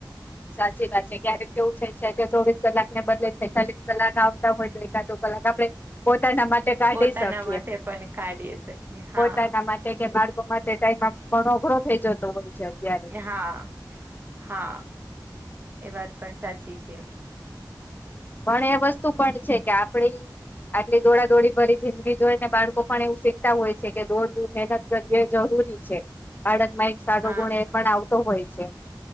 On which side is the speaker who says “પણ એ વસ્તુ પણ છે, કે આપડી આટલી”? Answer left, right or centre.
Left